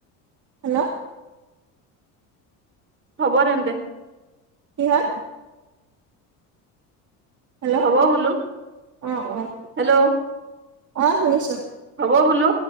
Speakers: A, on the right; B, on the right.
A: হেল্ল'
B: হ'ব এন্তে।
A: কি হ'ল? হেল্ল'
B: হ'ব বোলো
A: অঁ অঁ
B: হেল্ল'
A: অঁ শুনিছোঁ।
B: হ'ব বোলো